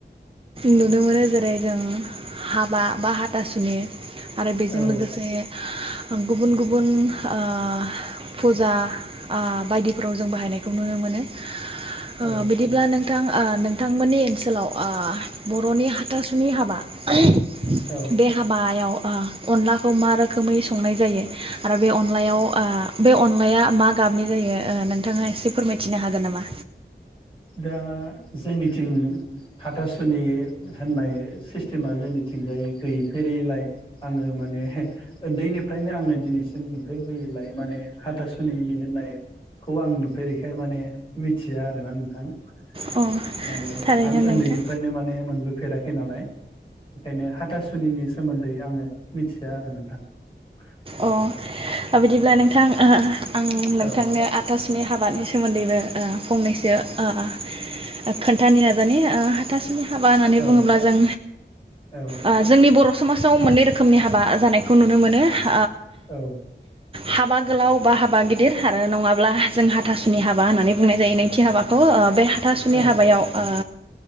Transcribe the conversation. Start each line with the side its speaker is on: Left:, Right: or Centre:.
Right: नुनो मोनो जेरै जों हाबा बा हाथासुनि आरो बेजों
Left: औ
Right: लोगोसे गुबुन गुबुन ओ फुजा ओ बायदिफोराव जों बाहायनायखौ नुनो मोनो । ओ
Left: औ
Right: बिदिब्ला नोंथां ओ बिथांमोननि ओनसोलाव ओ बर'नि हाथासुनि हाबा <inaudible>
Left: औ
Right: बे हाबायाव ओ अनलाखौ मा रोखोमै संनाय जायो आरो बे अनलायाव ओ बे अनलाया मा गाबनि जायो नोंथाङा एसे फोरमायथिनो हागोन नामा?
Left: दा जोंनिथिं हाथासुनि होननाय सिस्टेमा जोंनिथिंजाय गैफेरैलाय आङो माने उन्दैनिफ्रायनो आङो दिनैसिम नुफेरबोयैलाय माने हाथासुनिनि होननायखौ आं नुफेरैखाय माने । मिथिया आरोना नोंथां ।
Right: अ
Left: माने
Right: थारैनो
Left: आं
Right: नोंथां
Left: उन्दैनिफ्रायनो माने मोनबोफेराखै नालाय । बेखायनो हाथासुनिनि सोमोन्दै आङो मिथिया आरो नोंथां ।
Right: अ बिदिब्ला नों नोंथां आं नोंथांनो
Left: औ
Right: हाथासुनि हाबानि सोमोन्दैबो ओ फंनैसो ओ ओ खोन्थानो नाजानि हाथासुनि हाबा होननानै
Left: औ
Right: बुङोब्ला जों
Left: औ
Right: ओ जोंनि बर' समाजाव मोननै रोखोमनि हाबा जानायखौ नुनो मोनो ओ
Left: औ
Right: हाबा गोलाव बा हाबा गिदिर आरो नङाब्ला जों हाथासुनि हाबा होननानै बुंनाय जायो नैथि हाबाखौ ओ बे हाथासुनि
Left: औ
Right: हाबायाव ओ